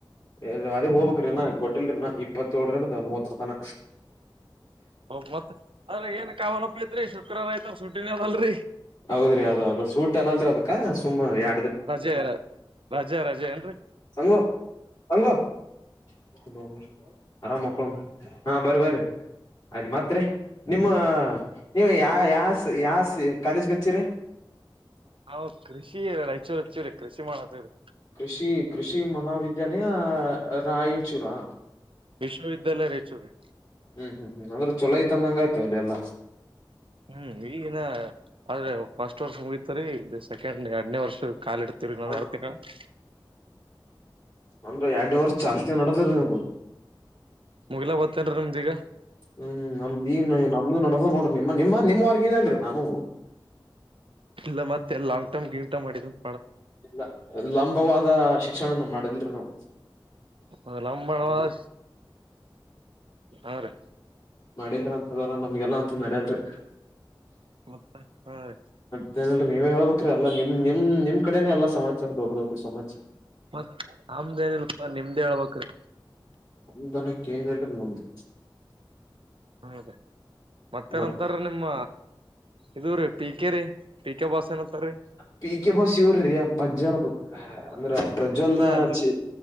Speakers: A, on the left (about 50°); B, on the right (about 80°).
A: ಎದು ಅದೇ ಹೋಗ್ಬೇಕ್ರಿ ಇನ್ನಾ ಕೊಟ್ <unintelligible> ಇಪ್ಪತ್ಯೋಳರದು ದ ಮೂವತ್ರುಪಾನ
B: ಹೋಗ್ಬತ್ತ್ ಅದ್ರೆ ಏನ್ ಕಾಮನಪ್ಪ ಐತ್ರಿ ಶುಕ್ರವಾರ ಆಯ್ತು ಸುಟ್ಟಿನ ಅದಲ್ರಿ.
A: ಹೌದ್ರಿ ಅದ್ ಅದು ಸೂಟ್ ಅನ್ನಲ್ರಿ ಅದಕ ಸುಮ್ಮ್ ಯಾ
B: ರಜೆ ರಜೆ ರಜೆ ಏನ್ರಿ?
A: ಸಂಗು ಸಂಗು <unintelligible> ಆರಾಮ್ ಮಕ್ಕೊಮ ಹಾ ಬರಿ ಬರಿ ಆಯ್ತು ಮತ್ತ್ ತ್ರಿ ನಿಮ್ಮ ನೀವು ಯ ಯಾಸ್ ಯಾಸು ಕಾಲೇಜ್ಗಚ್ಚಿರಿ.
B: ಅವ್ರ್ ಕೃಷಿ <unintelligible> ಚೂರ್ ಚುರಿ ಕೃಷಿ ಮಾಡತ್ತೀವ್ರಿ.
A: ಕೃಷಿ ಕೃಷಿ ಮಹಾವಿದ್ಯಾಲಯ ರಾಯಚೂರಾ?
B: ವಿಶ್ವವಿದ್ಯಾಲಯ ರಯ್ಚೂರಿ.
A: ಹ್ಮ್ ಹ್ಮ್ ಹ್ಮ್ ಅಂದ್ರೆ ಚೊಲೋ ಐತಂದಂಗಾಯ್ತು ಅಲ್ಲಿ ಎಲ್ಲ.
B: ಹ್ಮ್ ಈಗಿನ್ನ ಆದ್ರೆ ಫಸ್ಟ್ ವರ್ಷ ಮುಗಿತರಿ ಇದು ಸೆಕೆಂಡ್ ಎರಡ್ನೇ ವರ್ಷ ಕಾಲಿಡ್ತಿವಿ ನೋಡ್
A: ಹ
B: <unintelligible>
A: ಅಂದ್ರ ಎರಡ್ನೇ ವರ್ಷ ಚಾಲ್ತಿ ನಡದ್ರೀ ನಾಮು
B: ಮುಗಿಲ ಬತ್ತೇನ್ರಿ ನಿಮ್ದ ಈಗ
A: ಹ್ಮ್ ನಮ್ದೀನ್ ನಮ್ದು ನಡದವ್ ನೋಡಿ ನಿಮ್ಮ ನಿಮ್ಮ ನಿಮ್ಮವಾರ್ಗಿನ ಅಲ್ರಿ ನಾನೂ.
B: ಇಲ್ಲ ಮತ್ತೆ ಎ ಲಾಂಗ್ ಟರ್ಮ್ ಗಿಂಗ್ ಟರ್ಮ್ ಮಾಡಿದನ್.
A: ಇಲ್ಲ ಲಂಬವಾದ ಶಿಕ್ಷಣ ನ ಮಾಡದಿಲ್ರಿ ನಾವ್.
B: ಅದು ಲಂಬನವಾಸ್ ಹ ರೀ.
A: ಮಾಡಿಲ್ರಿ ಅಂತದೆಲ್ಲ ನಮ್ಗೆಲ್ಲಾ ಅಂತದ್ ನಡ್ಯಲ್ರಿ.
B: ಮತ್ತೆ ಹ <unintelligible>
A: ತ್ತೇನಿಲ್ರಿ ನೀವೇ ಹೇಳ್ಬೇಕ್ರಿ ಎಲ್ಲ ನಿಮ್ ನಿಮ್ ನಿಮ್ಮ್ಕಡೆೇನೆ ಎಲ್ಲಾ ಸಮಾಚಾರ ದೊಡ್ಡ ದೊಡ್ಡ ಸಮಾಚ್
B: ಮತ್ ಆಮ್ದ ಏನಿಲ್ಪಾ ನಿಮ್ದೇ ಹೇಳ್ಬೇಕ್ರಿ.
A: ನಮ್ದನಕ್ಕ ಏನಿಲ್ರಿ ನಮ್ದು.
B: ಹೌದ. ಮತ್ತೆನಂತಾರ್ರಿ
A: ಮತ್
B: ನಿಮ್ಮ. ಇದು ರೀ ಪಿ ಕೆ ರೀ ಪಿ ಕೆ ಬಾಸ್ ಏನಂತಾರೀ
A: ಪಿ ಕೆ ಬಾಸ್ ಇವ್ರ್ರಿ ಅಜ್ಜರ್ದು. ಅಂದ್ರ ಪ್ರಜ್ವಲ್ನ
B: ಇಲ್ಲ ನಿಮ್
A: ಚಿ